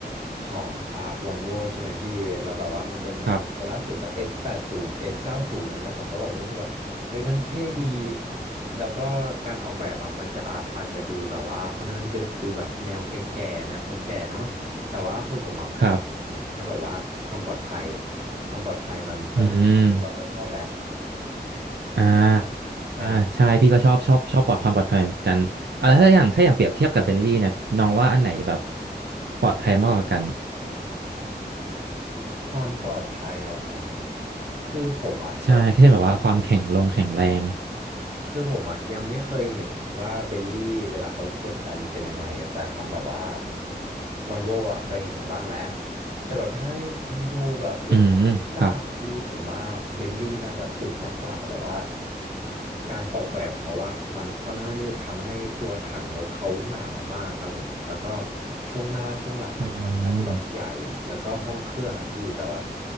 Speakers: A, on the right (about 40°); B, on the right (about 75°).
A: ของอ่าวอลโวใช่ไหมพี่แล้วแบบว่ามันเป็นแบบตัวล่าสุดก็
B: ครับ
A: S80 ส9 0อสเก้าสิบอะไรเงี้ยผมก็แบบรู้สึกว่าเฮ้ยมันเท่ดี แล้วก็การออกแบบอ่ะมันจะอาอาจจะดูแบบว่าค่อนข้างที่จะดูแบบแนวแก่ๆแนวคนแก่เนาะแต่ว่าคือผมอะมองเห็นแค่แบบว่าความปลอดภัย
B: ครับ
A: ความปลอดภัยมันค่อนข้างสูงเราก็ชอบแหละ
B: อืมอ่า
A: ใช่
B: อ่าใช่พี่ก็ชอบชอบชอบปลอดความปลอดภัยเหมือนกันอ่ะแล้วถ้าอย่างถ้าอย่างเปรียบเทียบกับเบนลี่เนี่ยน้องว่าอันไหนแบบปลอดภัยมากกว่ากัน
A: ความปลอดภัยเหรอคือผมอ่ะยัง
B: ใช่แค่แบบว่าความแข็งลงแข็งแรง
A: คือผมอ่ะยังไม่เคยเห็นว่าเบลลี่เวลาเขาชนกันมันเป็นยังไงแต่ทางแบบว่าวอนโวอ่ะเคยเห็นมาบ้างแล้วแต่แบบถ้าให้ดูแบบรูปทรงรูปร่างของพี่ผมว่าเบลลี่น่าจะถึกมากกว่าแบบว่า
B: อืมครับ
A: การออกแบบเขาอ่ะมันค่อนข้างที่จะทำให้ตัวถังรถเขาหนามากครับผมแล้วก็ช่วงหน้าช่วงหลังมันค่อนข้างจะแบบใหญ่อ่ะแล้วก็ห้องเครื่องอ่ะพี่แบบว่า
B: อืม